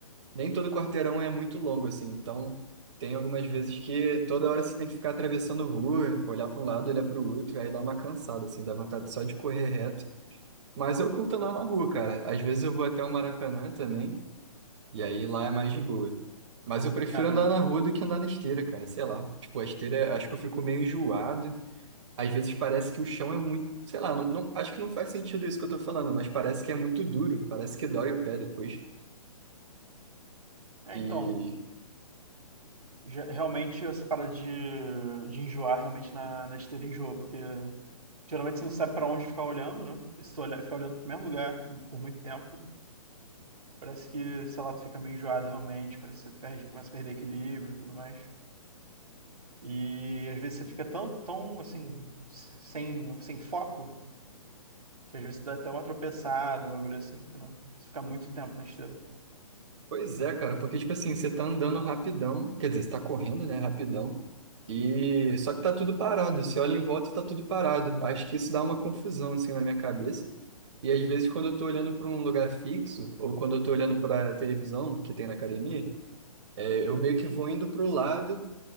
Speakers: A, on the right; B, on the right.
A: nem todo quarteirão é muito longo assim, então tem algumas vezes que toda hora você tem que ficar atravessando rua, olhar para um lado, olhar para o outro, aí dá uma cansada assim, dá vontade só de correr reto. Mas eu curto andar na rua, cara. Às vezes eu vou até o Maracanã também, e aí lá é mais de boa. Mas eu prefiro
B: É, não-
A: andar na rua do que andar na esteira, cara, sei lá. Tipo, a esteira, acho que eu fico meio enjoado. Às vezes parece que o chão é muito, sei lá, não, não- acho que não faz sentido isso que eu tô falando, mas parece que é muito duro, parece que dói o pé depois.
B: é,
A: E
B: então, Já- Realmente, essa parada de, de enjoar realmente na, na esteira enjoa, porque geralmente você não sabe pra onde ficar olhando, né? E se tu olhar, ficar olhando pro mesmo lugar por muito tempo, parece que, sei lá, tu fica meio enjoado realmente, parece que você perde, começa a perder equilíbrio e tudo mais. E às vezes você fica tão, tão assim, s- sem, sem foco, que às vezes dá até uma tropeçada, um bagulho assim, entendeu? Se ficar muito tempo na esteira.
A: Pois é, cara, porque, tipo assim, você tá andando rapidão, quer dizer, você tá correndo, né, rapidão, e só que tá tudo parado, você olha em volta e tá tudo parado. Acho que isso dá uma confusão, assim, na minha cabeça. E às vezes, quando eu tô olhando pra um lugar fixo, ou quando eu tô olhando pra televisão que tem na academia, é, eu meio que vou indo pro lado,